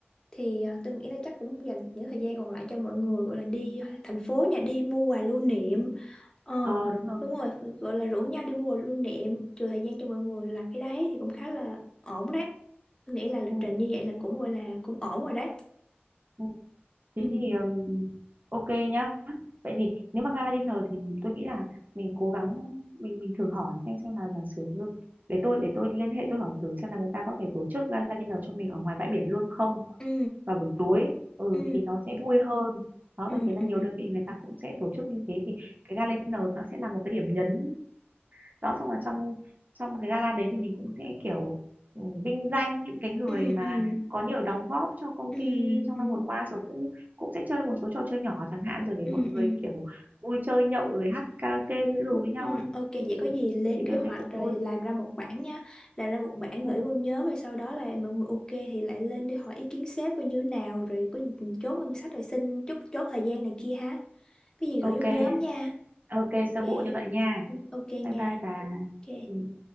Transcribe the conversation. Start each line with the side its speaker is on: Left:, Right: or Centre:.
Left: Thì à, tôi nghĩ là chắc cũng dành những thời gian còn lại cho mọi người gọi là đi thành phố nhà đi mua quà lưu niệm. Ờ,
Right: ờ đúng rồi
Left: đúng rồi, gọi là rủ nhau đi mua quà lưu niệm, trừ thời gian cho mọi người làm cái đấy thì cũng khá là ổn đấy. Tôi nghĩ là lịch
Right: ừ.
Left: trình như vậy là cũng gọi là cũng ổn rồi đấy.
Right: Ừ,
Left: Ừ,
Right: Thế thì ừm, ok nhá. Vậy thì nếu mà gala dinner thì tôi nghĩ là mình cố gắng mình mình thử hỏi xem xem là giả sử như- để tôi để tôi liên hệ tôi hỏi thử xem là người ta có thể tổ chức gala dinner cho mình ở ngoài bãi biển luôn không
Left: ừ,
Right: vào buổi tối ừ
Left: ừ,
Right: thì nó sẽ vui hơn. Đó
Left: ừ,
Right: tôi thấy là
Left: ừ,
Right: nhiều đơn vị người ta cũng sẽ tổ chức như thế thì cái gala dinner nó sẽ là một cái điểm nhấn đó xong rồi trong trong cái gala đấy thì mình cũng sẽ kiểu ừ, vinh danh những cái người
Left: ừ,
Right: mà
Left: ừ, ừ,
Right: có nhiều đóng góp cho công
Left: ừ,
Right: ty trong
Left: ừ,
Right: năm vừa qua rồi cũng cũng sẽ chơi một số trò chơi nhỏ chẳng hạn rồi để
Left: ừ.
Right: mọi người
Left: ừ.
Right: kiểu vui chơi nhậu rồi hát karaoke cái đồ với nhau
Left: Ừ,
Right: á
Left: ok vậy
Right: thì
Left: có gì lên
Right: thì
Left: kế
Right: tôi
Left: hoạch
Right: thấy cũng
Left: rồi
Right: vui
Left: làm ra một bản nha làm ra một bản
Right: ừ.
Left: gửi vô nhóm rồi sau đó là mọi người ok thì lại lên đi hỏi ý kiến sếp coi như thế nào rồi có gì chốt ngân sách rồi xin chốt chốt thời gian này kia ha cái gì
Right: ok
Left: gửi vô nhóm nha
Right: ok sơ
Left: ok
Right: bộ như vậy nha
Left: ừ, ok
Right: bye
Left: nha
Right: bye bà
Left: ok
Right: ừ.